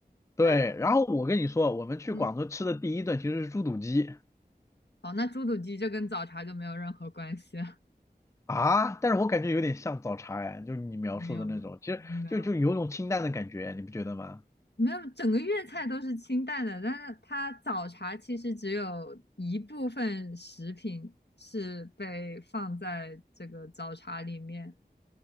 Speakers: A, on the left; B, on the left.
A: 对，
B: 那
A: 然后我跟你说，我们去广州吃的第一顿其实是猪肚鸡
B: 嗯，哦，那猪肚鸡就跟早茶就没有任何关系了，
A: 啊，但是我感觉有点像早茶哎，就是你描述的那种，
B: 没有没有没有
A: 其实就就有种清淡的感觉，你不觉得吗？
B: 没有，整个粤菜都是清淡的，但是它早茶其实只有一部分食品是被放在这个早茶里面，